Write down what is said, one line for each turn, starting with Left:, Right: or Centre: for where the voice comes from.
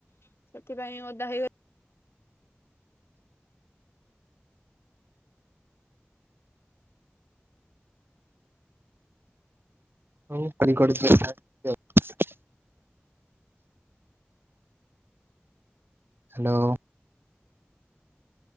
Left: ସେଥିପାଇଁ ଓଦା ହେଇଗଲି।
Right: ହଉ କନି କରିଛି ଚୁଖା ୟ <unintelligible> ହାଲୋ